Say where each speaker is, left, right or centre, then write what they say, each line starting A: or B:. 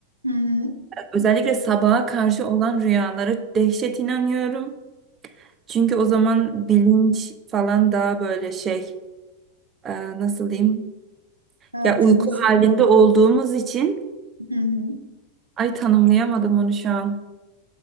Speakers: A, on the right; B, on the right.
A: Hı hı.
B: özellikle sabaha karşı olan rüyalara dehşet inanıyorum. Çünkü o zaman bilinç falan daha böyle şey e, nasıl diyeyim
A: Daha
B: ya uyku
A: temiz.
B: halinde olduğumuz için
A: Hı hı.
B: ay tanımlayamadım onu şu an.